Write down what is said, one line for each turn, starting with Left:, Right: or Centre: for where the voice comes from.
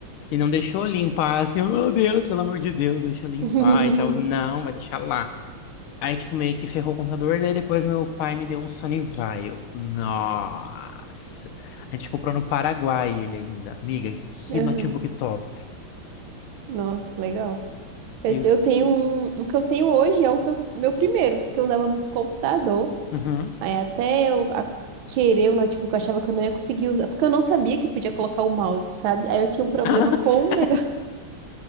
Left: E não deixou limpar, assim, oh, meu Deus, pelo amor de Deus, deixa eu limpar
Right: <laughs>
Left: e tal. Não, vai deixar lá. Aí, tipo, meio que ferrou o computador, daí depois meu pai me deu um Sony Vaio. Nossa! A gente comprou no Paraguai ele ainda. Amiga,
Right: Aham.
Left: que notebook top
Right: Nossa, legal. Esse,
Left: Meus.
Right: eu tenho um. O que eu tenho hoje é o que eu- meu primeiro, porque eu usava muito computador.
Left: Uhum.
Right: Aí até eu a- querer o notebook, eu achava que eu não ia conseguir usar, porque eu não sabia que podia colocar o mouse, sabe? Aí eu tinha um problema
Left: <laughs>
Right: com o negócio. <laughs>